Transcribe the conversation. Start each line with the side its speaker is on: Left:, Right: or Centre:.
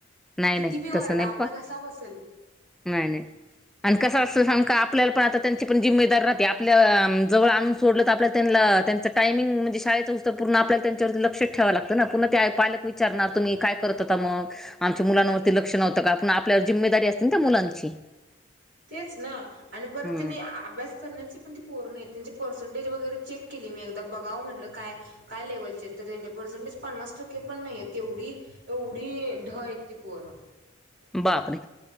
Centre: नाही
Right: किती
Centre: नाही
Right: भी
Centre: तसं
Right: वरडा
Centre: नाही
Right: आपला
Centre: प
Right: घसा बसेल.
Centre: नाही नाही आणि कस असत सांगु का आपल्याला पण आता त्यांची पण जिम्मेदार राहती. आपल्या जवळ आणून सोडल तर आपल्या त्यांला टामिंग म्हणजे शाळेच उत पूर्ण आपल्याला त्यांच्यावर लक्ष ठेवं लागत ना. पून्हा पालक विचारणार तुम्ही काय करत होता मग. आमच्या मुलांवरती लक्ष नव्हत का. पुन्हा आपल्यावर जिम्मेदारी असते ना त्या मुलांची.
Right: तेच ना आणि परत
Centre: हम्म
Right: त्यांनी अभ्यास करण्याची पण ती पोर नाही. त्यांची पर्सेंटेज वगैरे चेक केली मी एकदा बघाव म्हणल काय काय लेव्हलचे आहेत तर त्यांचे पर्सेंटेज पन्नास टक्के पण नाहीयत. तेवढी एवढी ढ आहेत ती पोर.
Centre: बाप रे